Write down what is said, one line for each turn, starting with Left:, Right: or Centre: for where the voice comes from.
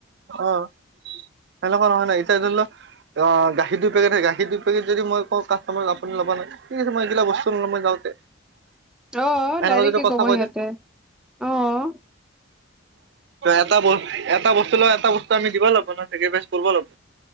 Right: অ, '। সেনেকুৱা নহয় নাই এতিয়া ধৰি লও অ গাখীৰ দুই পেকেটে গাখীৰ দুই পেকেট যদি মই কাষ্টমাৰ আপনি ল'ব নাই ঠিক আছে মই এইবিলাক বস্ত নলো মই যাওঁতে
Centre: আহ
Right: এনেকুৱা
Centre: ডাইৰেক্ট
Right: যদি কথা
Centre: কব
Right: কৈ
Centre: সিহঁতে
Right: দে
Centre: আহ
Right: এটা এটা বস্তু ল এটা বস্তু আমি দিব লাগিব ন চেকিৰিফাইচ কৰিব লাগিব।